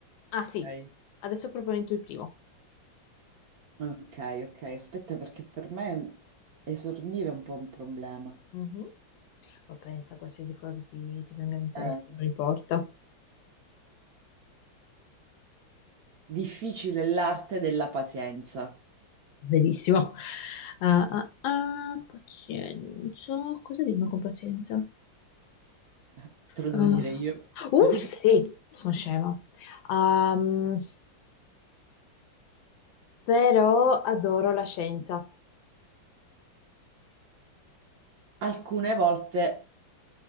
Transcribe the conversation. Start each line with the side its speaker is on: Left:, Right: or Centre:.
Left: ah sì,
Right: Ok.
Left: adesso proponi tu il primo.
Right: Ok, ok, aspetta perché per me esordire è un po' un problema.
Left: Mhm. Ma pensa, qualsiasi cosa ti, ti venga in testa,
Right: Eh,
Left: non importa.
Right: Difficile è l'arte della pazienza,
Left: Verissimo. Ah, ah, ah, pazienza. Cosa dico con pazienza?
Right: <laughs> Eh, te lo
Left: Eh,
Right: devo dire io.
Left: Uh,
Right: <laughs>
Left: sì, sono scema. Ehm, però adoro la scienza.
Right: Alcune volte